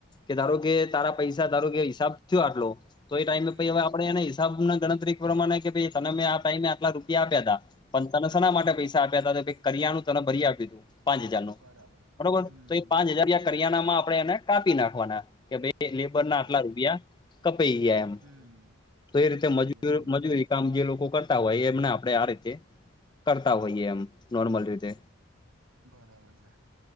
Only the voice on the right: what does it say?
હમ
બરાબર છે
હમ
બરાબર
હમ
સમજી
ગયા સમજી
બરાબર છે